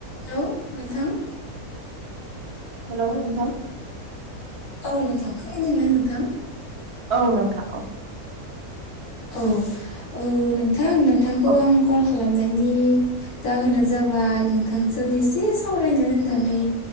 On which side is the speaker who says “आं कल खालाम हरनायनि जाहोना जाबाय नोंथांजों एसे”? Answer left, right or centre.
Left